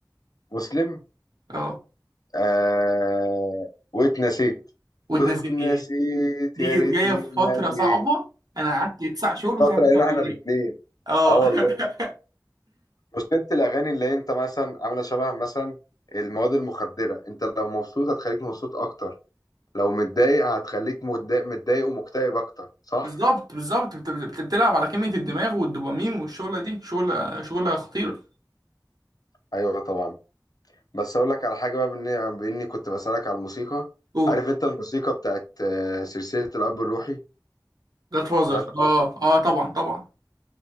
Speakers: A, on the left (about 55°); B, on the right (about 55°).
A: مسلم
B: اه
A: آه واتنسيت
B: وتنزل
A: واتنسيت
B: دي
A: يا ريتني
B: كانت جاية في فترة
A: ما
B: صعبة
A: جيت
B: أنا قعدت تسع شهور مش
A: فترة
B: عارف أسمع
A: علينا
B: الأغنية
A: احنا الاثنين
B: اه
A: اه والله
B: <laughs>
A: بس انت الاغاني اللي انت مثلا عاملة شبه مثلا المواد المخدرة انت لو مبسوط هتخليك مبسوط اكتر لو متضايق هتخليك متضايق, متضايق ومكتئب اكتر صح؟
B: بالظبط بالظبط بت- بت- بتلعب على كمية الدماغ والدوبامين والشغلة دي شغلة شغلة خطيرة
A: ايوه طبعا بس اقول لك على حاجة بقى بإني, بإني كنت بسألك على الموسيقى
B: قول
A: عارف انت الموسيقى بتاعت آه، سلسلة الاب الروحي
B: جاد فازر
A: جاد
B: اه اه طبعا طبعا